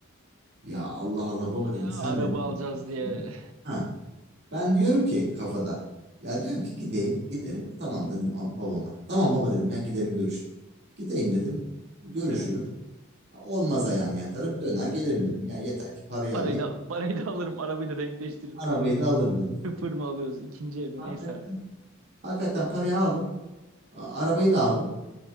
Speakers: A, on the right; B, on the right.
A: Ya Allah Allah baba dedim
B: ya,
A: sen
B: araba
A: de mi? bunu
B: alacağız
A: istiyorsun
B: diye.
A: ya? Ha, ben diyorum ki kafada. Ya diyorum ki gideyim giderim. Tamam dedim am- babama. Tamam baba dedim ya giderim görüşürüm. Gideyim dedim görüşürüm.
B: Evet.
A: Olmaz ayağına yatarım döner gelirim dedim. Ya yeter ki parayı
B: Parayı
A: alayım.
B: da parayı da alırım. Arabayı da denkleştiririm.
A: Arabayı
B: <laughs>
A: da alırım dedim.
B: Sıfır mı alıyoruz? ikinci el mi?
A: Hakikaten,
B: Neyse artık.
A: hakikaten parayı aldım. A- Arabayı da aldım.